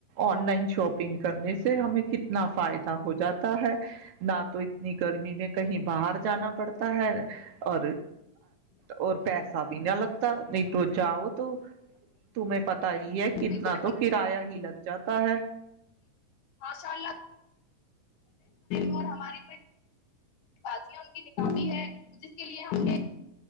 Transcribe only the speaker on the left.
دیکھو،
آشاء اللہ م ہماری تو بازیاں ان کی نکالی ہے جس کے لیے ہم نے